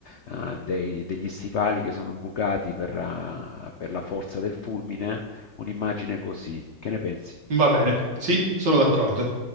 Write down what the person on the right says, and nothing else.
va bene, sì, sono d'accordo.